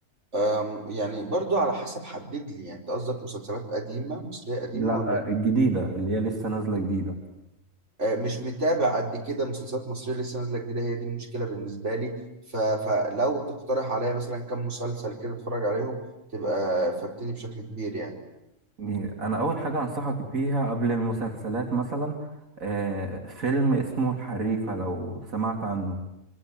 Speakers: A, on the right; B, on the right.
A: أم، يعني برضو على حسب حدد لي يعني انت قصدك مسلسلات قديمة مصرية قديمة
B: لا
A: ولا ج-
B: الجديدة اللي هي لسه نازلة جديدة
A: أه، مش متابع قد كده مسلسلات مصرية لسه نازلة جديدة هي دي المشكلة بالنسبة لي ف... فلو تقترح عليا مثلا كم مسلسل كده اتفرج عليهم تبقى فاتني بشكل كبير يعني
B: يعني أنا أول حاجة أنصحك بيها قبل المسلسلات مثلا آه، فيلم اسمه الحريفة لو سمعت عنه